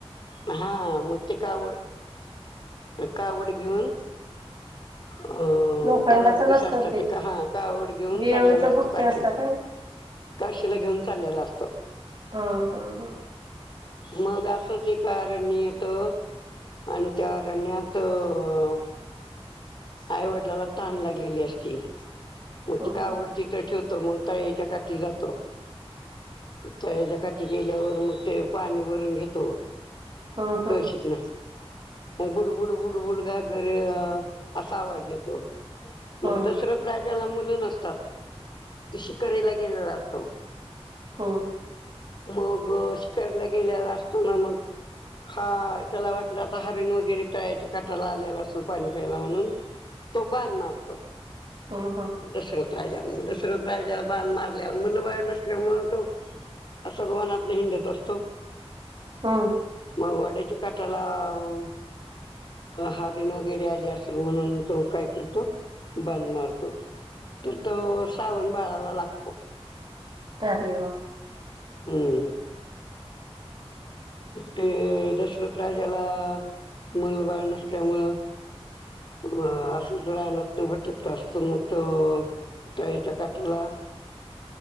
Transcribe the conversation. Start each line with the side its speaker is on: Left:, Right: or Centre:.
Left: हा मगं. ते कावड, कावड घेऊनं अ
Right: लोखंडाच
Left: तराजू कशी
Right: नसतं
Left: असतात ते का हा का कावड घेऊन
Right: वेळूच्या
Left: चाललेला असतो
Right: बुट्ट्या
Left: काशीला.
Right: असतात हाय ना.
Left: काशीला घेऊन चाललेला असतो.
Right: हं हं हं
Left: मग असंच एक आरण्य येतं. आणि त्या आरण्यातं. आईवडीलाला तहान लागलेली असती. मग
Right: हं
Left: ती कावड तिथं ठेवतो. तो मगं तळ्याच्या काठी जातो. तळ्याच्या काठी गेल्यावर मगं ते पाणी भरून घेतो.
Right: हं
Left: कळशीतून आणि बुडबुडबुडबुड घागर असा आवाज येतो.
Right: हं
Left: मगं दशरथ राजाला मूल नसतात तो शिकारीला गेलेला असतो.
Right: हम.
Left: मगं शिकारीला गेलेला असताना मग हा त्याला वाटलं. हरीण वगैरे तळ्याच्या काटाला आलेला अस- पाणी प्यायला म्हणून तो बाण मारतो
Right: हं हं
Left: दशरथ. राजा दशरथ राजा बाण मारल्यावर मुलं बाळ नसल्यामुळं तो. असं वनात नाही हिंडत असतो
Right: हं
Left: मगं वड्याच्या काटाला हो. हरीन वगैरे आली असेल म्हणून तो कायं करतो बाण मारतो. तू तरं सावण बाळालां लागतो.
Right: <inaudible>
Left: हम्म.
Right: <unintelligible>
Left: ते दशरथ राजाला मूलबाळ नसल्यामुळं. अ असं रानातून भटकत असत मग तो. तळ्याच्या काटाला